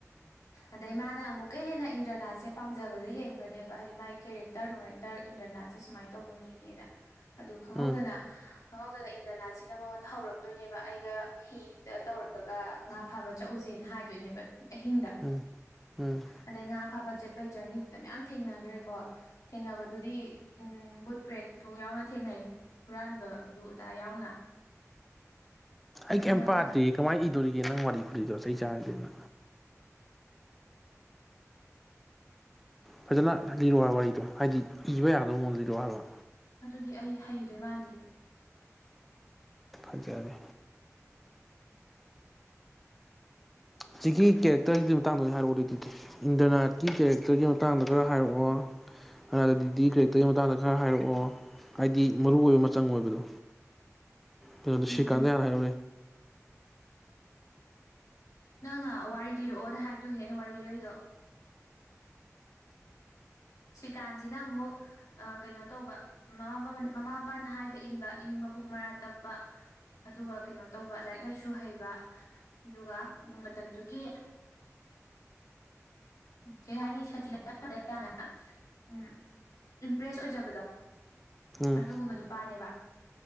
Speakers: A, on the left; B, in the centre.
A: ꯑꯗꯩ ꯃꯥꯅ ꯑꯃꯨꯛꯀ ꯍꯦꯟꯅ ꯏꯟꯗ꯭ꯔꯅꯥꯠꯁꯦ ꯄꯥꯝꯖꯕꯁꯦ ꯍꯦꯟꯒ꯭ꯔꯅꯦꯕ ꯍꯥꯏꯗꯤ ꯃꯒꯤ ꯀꯦꯔꯦꯛꯇꯔ ꯅꯨꯡꯔꯦꯛꯇꯔ ꯏꯟꯗ꯭ꯔꯅꯥꯠꯁꯦ ꯁꯨꯃꯥꯏꯅ ꯇꯧꯕ ꯃꯤꯅꯦꯅ ꯑꯗꯨ ꯈꯪꯍꯧꯗꯅ
B: ꯎꯝ ꯎꯝ
A: ꯑꯗꯨꯅ ꯏꯟꯗ꯭ꯔꯅꯥꯠꯁꯤꯅ ꯃꯉꯣꯟꯗ ꯍꯧꯔꯛꯇꯣꯏꯅꯦꯕ ꯑꯩꯒ ꯍꯤꯗ ꯇꯧꯔꯒ ꯉꯥ ꯐꯥꯕ ꯆꯠꯎꯁꯦꯅ ꯍꯥꯏ ꯍꯥꯏꯗꯣꯏꯅꯦꯕ ꯑꯍꯤꯡꯗ
B: ꯎꯝ ꯎꯝ
A: ꯑꯗꯩ ꯉꯥ ꯐꯥꯕ ꯆꯠ ꯩ ꯖꯔꯅꯤꯁꯤꯗ ꯃꯌꯥꯝ ꯊꯦꯡꯅꯈ꯭ꯔꯦꯀꯣ ꯊꯦꯡꯅꯕꯗꯨꯗꯤ ꯎꯝ ꯕꯨꯠ ꯕ꯭ꯔꯦꯗ ꯐꯥꯎ ꯌꯥꯎꯅ ꯊꯦꯡꯅꯩ ꯍꯨꯔꯥꯟꯕ ꯑꯗꯨ ꯑꯗꯥ ꯌꯥꯎꯅ
B: ꯑꯩ
A: ꯑꯗꯣ
B: ꯀꯩꯝ
A: ꯃꯣꯏꯗꯣ
B: ꯄꯥꯗꯦ ꯀꯃꯥꯏꯅ ꯏꯗꯣꯔꯤꯒꯦ ꯅꯪ ꯋꯥꯔꯤ ꯈꯨꯨꯂꯤꯗꯣꯆ ꯆꯥꯟꯅꯗꯦꯅ ꯐꯖꯅ ꯂꯤꯔꯣ ꯍꯥꯏ ꯋꯥꯔꯤꯗꯣ ꯍꯥꯏꯗꯤ ꯏꯕ ꯌꯥꯗꯕ ꯃꯑꯣꯗ ꯂꯤꯔꯣ ꯍꯥꯏꯔꯕ
A: ꯑꯗꯨꯗꯤ ꯑꯩ ꯍꯩꯗꯣꯏ ꯃꯥꯟꯗꯦꯌꯦ
B: ꯐꯖꯔꯦ ꯁꯤꯒꯤ ꯀꯦꯔꯦꯛꯇꯔꯒꯤꯗꯤ ꯃꯇꯥꯡꯗ ꯑꯣꯏꯅ ꯍꯥꯏꯔꯛꯑꯣꯗꯩ ꯑꯗꯨꯗꯤ ꯏꯟꯗ꯭ꯔꯅꯥꯠꯀꯤ ꯀꯦꯔꯦꯛꯇꯔꯒꯤ ꯃꯇꯥꯡꯗ ꯈꯔ ꯍꯥꯏꯔꯛꯑꯣ ꯍꯅꯗꯗꯤ ꯀꯦꯔꯦꯛꯇꯔꯒꯤ ꯃꯇꯥꯡꯗ ꯈꯔ ꯍꯥꯏꯔꯛꯑꯣ ꯍꯥꯏꯗꯤ ꯃꯔꯨ ꯑꯣꯏꯕ ꯃꯆꯪ ꯑꯣꯏꯕꯗꯣ ꯐ
A: ꯎꯝ
B: ꯁꯛꯥꯟꯗ ꯌꯥꯅ ꯍꯅꯦ
A: ꯅꯪꯅ ꯋꯥꯔꯤ ꯂꯤꯔꯛꯑꯣꯅ ꯍꯥꯏꯕꯗꯨꯒꯤꯅꯦ ꯑꯩꯅ ꯋꯥꯔꯤ ꯂꯤꯔꯛꯏꯗꯣ ꯁ꯭ꯔꯤꯀꯥꯟꯁꯤꯅ ꯑꯃꯨꯛ ꯀꯩꯅꯣ ꯇꯧꯕꯃꯥ ꯃꯃꯥ ꯃꯄꯥꯅ ꯍꯥꯏꯕ ꯏꯟꯕ ꯏꯪꯕ ꯃꯕꯨꯛ ꯃꯔꯥ ꯇꯞꯄ ꯑꯗꯨꯒ ꯀꯩꯅꯣ ꯇꯧꯕ ꯂꯥꯏꯔꯤꯛ ꯂꯥꯏꯁꯨ ꯍꯩꯕ ꯑꯗꯨꯒ ꯃꯇꯝꯗꯨꯒꯤ ꯀꯩꯍꯥꯏꯅꯤ ꯁꯥꯇꯤꯗ ꯌꯥꯝꯅꯥ ꯎꯝ ꯏꯝꯄ꯭ꯔꯦꯁ ꯑꯣꯏꯖꯕꯗꯣ
B: ꯎꯝ
A: ꯑꯗꯨꯒꯨꯝꯕ ꯅꯨꯄꯥꯅꯦꯕ